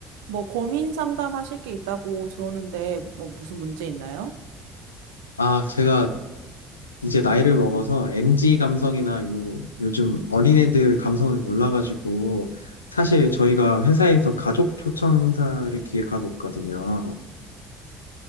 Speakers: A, on the right; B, on the left.
A: 뭐 고민 상담하실 게 있다고 들었는데 뭐 무슨 문제 있나요?
B: 아, 제가 이제 나이를 먹어서 m g 감성이나 요, 요즘 어린애들 감성을 몰라가지고, 사실 저희가 회사에서 가족 초청 행사를 기획하고 있거든요.